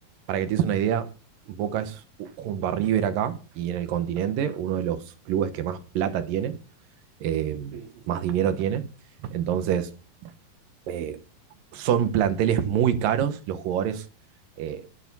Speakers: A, on the right; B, on the right.
A: para que te des una idea, Boca es u- junto a River acá y en el continente uno de los clubes que más plata tiene. eh,
B: Sí, sí, sí,
A: más dinero tiene. Entonces, eh, son planteles muy caros, los jugadores, eh,